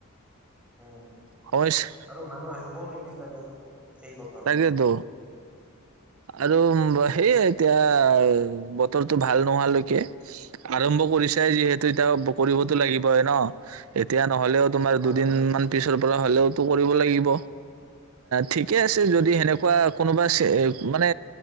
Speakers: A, in the centre; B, on the right (about 75°).
A: অম
B: সমস্যা
A: আৰু মানুহ আহিবও নিবিচাৰে এই বতৰত
B: তাকেতো আৰু সেয়ে এতিয়া বতৰটো ভাল নোহাৱালৈকে আৰম্ভ কৰিছাই যিহেতু এতিয়া কৰিবতো লাগিবই ন এতিয়া নহ'লেও তোমাৰ
A: হয়
B: দুদিনমান
A: মানে
B: পিছৰ পৰা হ'লেও কৰিব লাগিব ঠিকে আছে
A: উম
B: যদি সেনেকুৱা কোনোবা চেহ মানে